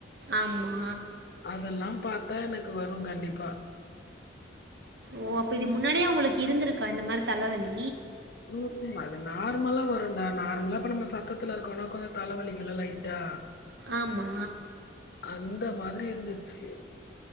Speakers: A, on the right; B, on the left.
A: ஆமா
B: அதெல்லா பாத்தா எனக்கு வரு கண்டிப்பா
A: ஓ அப்ப இது முன்னாடியே உங்களுக்கு இருந்துருக்கா இந்த மாரி தலவலி
B: ம் ம் அது நார்மலா வரும்டா நார்மலா இப்ப நம்ப சத்ததுல இருக்கோனா கொஞ்சோ தலவலிக்குல லைட்டா
A: ஆமா
B: அந்த மாதிரி இருந்துச்சு